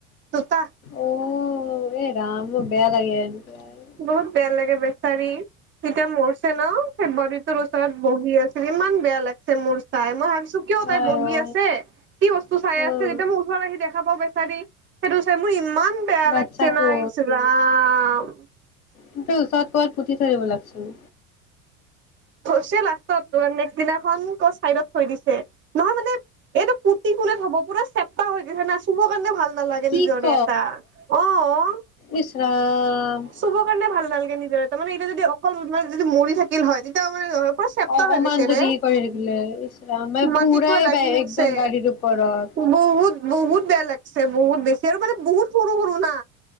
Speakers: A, on the right; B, on the left.
A: দুটা
B: অ'। অ' এই ৰাম মোৰ বেয়া লাগে। <unintelligible>
A: বহুত বেয়া লাগে বেচাৰি, তেতিয়া মৰছে ন ফেব্ৰুৱাৰীত তোৰ ওচৰত বহি আছিল, ইমান বেয়া লাগ- ছে মোৰ। চাই মই ভাবছো কিয় তাই
B: আই
A: বহি
B: অ
A: আছে, কি বস্তু চাই
B: উম
A: আছে যেতিয়া মই ওচৰত আহি দেখা পাওঁ বেচাৰি সেইটো হৈছে মোৰ ইমান বেয়া
B: বাচ্ছাটো
A: লাগিছে না ইছ ৰাম।
B: <unintelligible> ওচৰত ক'ৰবাত পুতি থৈ দিব লাগিছিল।
A: থৈছে লাষ্টত নেক্সট দিনাখন ক'ত চাইডত থৈ দিছে। নহয় মানে এইটো পুতি কোনে থ'ব পুৰা চেপটা হৈ গৈছে না, চুব কাৰণে ভাল নালাগে
B: কি
A: নিজৰে
B: ক
A: এটা, অ'
B: ইচ ৰাম
A: চুব কাৰণে ভাল নালাগে নিজৰে এটা মানে এতিয়া যদি অকল যদি মৰি থাকিল হয় <unintelligible> পোৰা চেপেটা
B: অকমান
A: হৈ গৈছে
B: যদি
A: ৰে,
B: হে কৰি থাকিলে ইচৰাম মানে
A: মাটিত
B: পুৰাই
A: পোৰা লাগি
B: বাই একদম
A: আছে,
B: গাড়ীৰ ওপৰত।
A: বহুত- বহুত বেয়া লাগছে বহুত বেছি আৰু মানে বহুত সৰু- সৰু না,